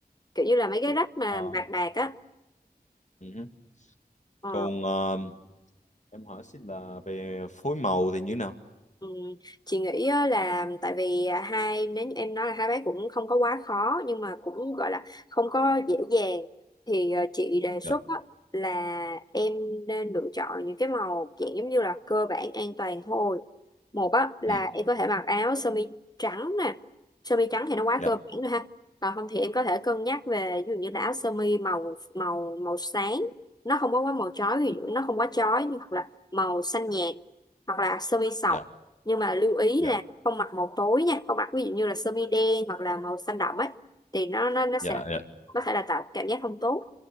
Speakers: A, on the left; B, on the left.
A: kiểu như là mấy
B: Ok.
A: cái rách mà
B: À,
A: bạc bạc á
B: ừ.
A: ờ,
B: Còn ờ, em hỏi xin là về phối màu thì như thế nào?
A: Ừ. Chị nghĩ á là tại vì à, hai nếu như em nói là hai bác cũng không có quá khó nhưng mà cũng gọi là không có dễ dàng thì à, chị đề xuất
B: Dạ.
A: á, là em nên lựa chọn những cái màu dạng giống như là cơ bản an toàn thôi một á, là
B: Ừ.
A: em có thể mặc áo sơ mi trắng nè sơ mi trắng thì nó quá
B: Dạ.
A: cơ bản rồi ha còn không thì em có thể cân nhắc về ví dụ như là áo sơ mi màu màu màu sáng nó không có quá màu chói thì nó không quá chói nhưng hoặc là màu xanh nhạt hoặc là sơ mi sọc
B: Dạ.
A: nhưng mà lưu ý
B: Dạ.
A: là không mặc màu tối nha không mặc ví dụ như là sơ mi đen hoặc là màu xanh đậm ấy thì nó nó nó sẽ
B: Dạ. Dạ.
A: có thể là tạo cảm giác không tốt